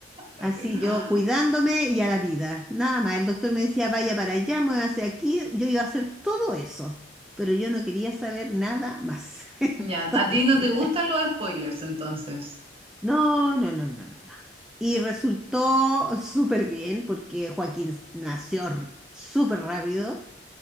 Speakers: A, on the right; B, in the centre.
A: No,
B: Así
A: pero-
B: yo cuidándome y a la vida. Nada más, el doctor me decía, vaya para allá, muévase aquí, yo iba a hacer todo eso, pero yo no quería saber nada más. <laughs> Entonces...
A: Ya, ¿a ti no te gustan los spoilers entonces?
B: No, no, no, no, no. no. Y resultó súper bien porque Joaquín nació r- súper rápido